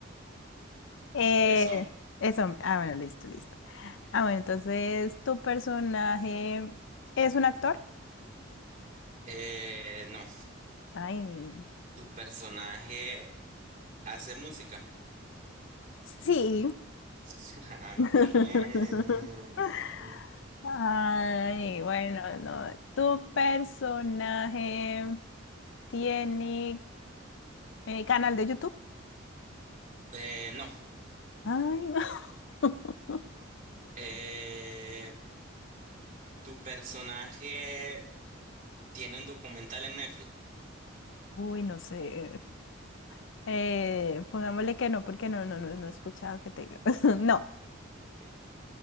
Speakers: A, on the left; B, on the right.
A: Eh,
B: es hombre.
A: es hombre. Ah, bueno, listo, listo. Ah, bueno, entonces, ¿tu personaje es un actor?
B: Eh, no,
A: Ay,
B: ¿tu personaje hace música?
A: sí.
B: <laughs> Ok,
A: <laughs>
B: ok.
A: Ay, bueno, no. ¿Tu personaje tiene eh, canal de YouTube?
B: Eh, no.
A: Ay, no. <laughs>
B: Eh, ¿tu personaje tiene un documental en Netflix?
A: Uy, no sé. Eh, pongámosle que no, porque no, no, no, no he escuchado que tenga. <laughs> No.
B: Ok.